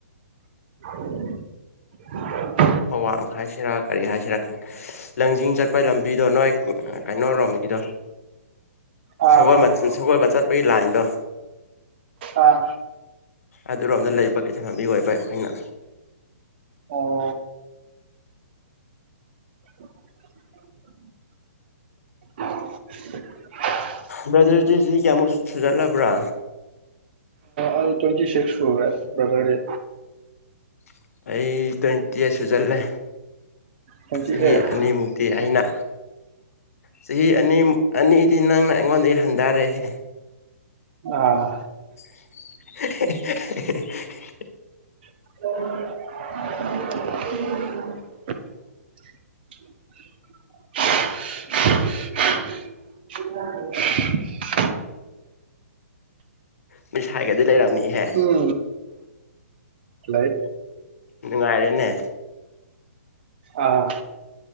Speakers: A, on the right; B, on the left.
A: <unintelligible>
B: ꯄꯋꯥ ꯃꯈꯥꯏ ꯁꯤꯔꯥ ꯀꯔꯤ ꯍꯥꯏꯁꯤ ꯁꯤꯔ ꯂꯪꯖꯤꯡ ꯆꯠꯄ ꯂꯝꯕꯤꯗꯣ ꯅꯣꯏ ꯀꯩꯅꯣꯣꯔꯣꯝꯒꯤꯗꯣ
A: ꯑꯥ
B: ꯁ
A: ꯈꯪꯉꯦ
B: ꯁꯒꯣꯜꯕ ꯆꯠꯄꯒꯤ ꯂꯥꯏꯟꯗꯣ
A: ꯑꯥ
B: ꯑꯗꯨꯔꯣꯝꯗ ꯂꯩꯕ ꯀꯩꯊꯥꯟꯅꯕꯤ ꯑꯣꯏꯕ ꯑꯩꯈꯣꯏꯅ
A: ꯑꯣ <unintelligible>
B: ꯕꯔꯗꯔꯗꯤ ꯆꯍꯤ ꯀꯌꯥꯃꯨꯛ ꯁꯨꯖꯜꯂꯕ꯭ꯔꯥ
A: ꯑꯩ ꯇ꯭ꯋꯦꯟꯇꯤ ꯁꯤꯁꯛ ꯁꯨꯔꯦ ꯕꯔꯗꯔꯗꯤ
B: <inaudible> ꯑꯩ ꯇ꯭ꯋꯦꯟꯇꯤ ꯑꯩꯠꯁꯨ ꯆꯠꯂꯦ
A: ꯇ꯭ꯋꯦꯟꯇꯤ
B: ꯆꯍꯤ
A: ꯑꯦꯠ
B: ꯑꯅꯤꯃꯨꯛꯇꯤ ꯑꯩꯅ ꯆꯍꯤ ꯑꯅꯤ ꯑꯅꯤ ꯗꯤ ꯅꯪꯅ ꯑꯩꯉꯣꯟꯗꯒꯤ ꯍꯟꯊꯔꯦꯍꯦ
A: ꯑꯥ
B: <unintelligible>
A: <unintelligible>
B: <unintelligible> ꯂꯩꯔꯝꯅꯤ ꯍꯦ
A: ꯎꯝ ꯂꯩ
B: ꯅꯨꯡꯉꯥꯏꯔꯦꯅꯦ
A: ꯑꯥ